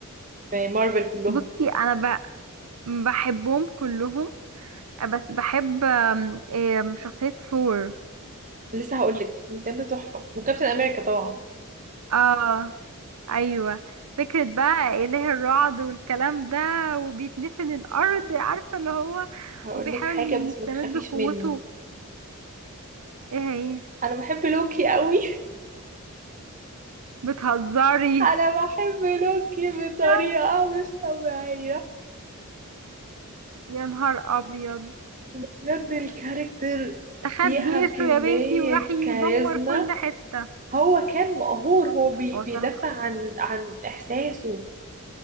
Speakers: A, on the right; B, on the right.
A: في مارفل كلهم
B: بصي انا ب- بحبهم كلهم بس بحب آم، آم، شخصية ثور
A: لسه هقولك بجد تحفه وكابتن امريكا طبعا
B: اه ايوه فكرة بقى اله الرعد والكلام ده وبيتنفن الارض عارفة اللي هو
A: هقولك
B: وبيحاول
A: حاجه بس
B: يستمد
A: ما تخافيش
B: قوته
A: مني
B: ايه هي
A: انا بحب لوكي قوي
B: بتهزري
A: <laughs> انا بحب لوكي بطريقه
B: يا
A: مش طبيعيه
B: يا نهار ابيض
A: بجد الكاركتر
B: ده
A: فيها
B: خد جيشه
A: كميه
B: يا بنتي وراح يدمر
A: كاريزما
B: كل حتة
A: هو كان مقهور هو بي
B: هو
A: بيدافع
B: صراحة
A: عن عن احساسه